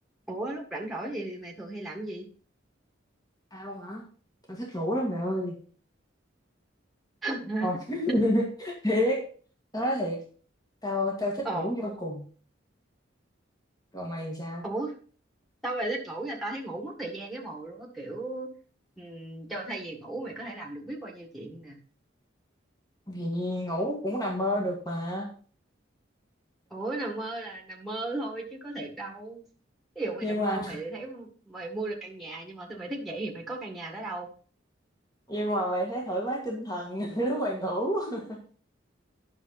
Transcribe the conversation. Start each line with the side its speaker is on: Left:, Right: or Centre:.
Centre: Ủa lúc rảnh rỗi thì mày thường hay làm gì?
Left: Tao hả? Tao thích ngủ lắm mẹ ơi.
Centre: <laughs>
Left: Còn <laughs> thiệt, tao nói thiệt, tao tao thích
Centre: Ồ,
Left: ngủ vô cùng. Còn mày thì sao?
Centre: ủa sao mày thích ngủ vậy? Tao thấy ngủ mất thời gian cái mồ luôn á kiểu ừm, cho thay vì ngủ mày có thể làm được biết bao nhiêu chuyện nè.
Left: Thì ngủ cũng nằm mơ được mà.
Centre: Ủa nằm mơ là nằm mơ thôi chứ có thiệt đâu. Ví dụ mày
Left: Nhưng
Centre: nằm
Left: mà
Centre: mơ mày thấy mày mua được căn nhà nhưng mà khi mày thức dậy thì mày có căn nhà đó đâu.
Left: nhưng mà mày thấy thoải mái tinh thần <laughs> lúc mày ngủ. <laughs>